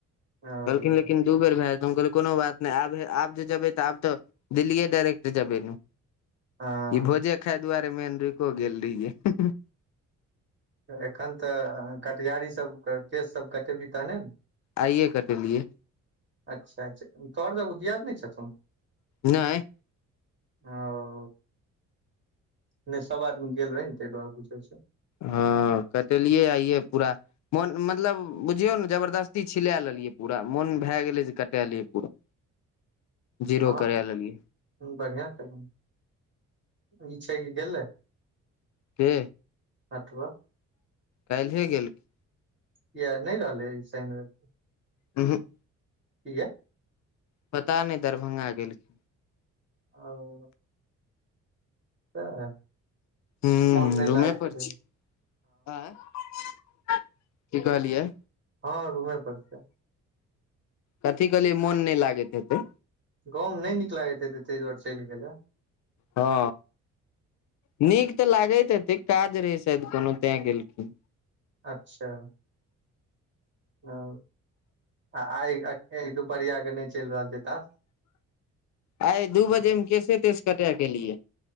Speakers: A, on the right; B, on the left.
A: ओ
B: कहलखिन लेकिन दू बेर भए हम कहल कोनो बात नहि आब आब जेबै त आब तऽ दिल्लिए डायइरेक्ट जबै ने
A: हँ
B: ई भोजे खाय दुआरे मेन रुकि गेल रहियै
A: एखन तऽ कटयारी सभके केश सभ कटेबही तहने ने
B: आइए कटेलियए।
A: अच्छा अच्छा तोहर सभ उदियाद नहि छन
B: नहि
A: ओ नहि सभ आदमी गेल रहै ने ताहि दुआरे बुझे छै
B: ह कटेलियै आइये पूरा मोन मतलब बुझियौ न जबरदस्ती छिलाए लेलियै पूरा मोन भए गेलै जे कटाए लेलियै पूरा
A: <inaudible>
B: जीरो
A: हँ
B: करै लगी
A: बढ़िआँ केलौं ई छै कि गेलै
B: पे
A: अथवा
B: काल्हे गेलखी
A: किया नै रहलै सैन रैब क
B: उ हुँक
A: किया
B: पता नैय दरभंगा गेलखिन
A: ओ सएह
B: हूँ
A: मौन नैय
B: रूमे
A: लागैत हेतैन
B: पर छी आँय की कहलियै
A: हँ रूमे पड़ छै
B: कथी कहलियै मोन नैय लागैत हेतै
A: गाँव मे नैय नीक लागैत हेतैय तैय द्वारे चैल गेलए
B: हँ नीक तऽ लागैत हेतै काज रहे शायद कोनो तैय गेलखिन
A: अच्छा ओ आ आय ऐय दुपहरिया के नैय चैल रहल छै त
B: आय दू बजे मे केसे- तेस कटा क एलियै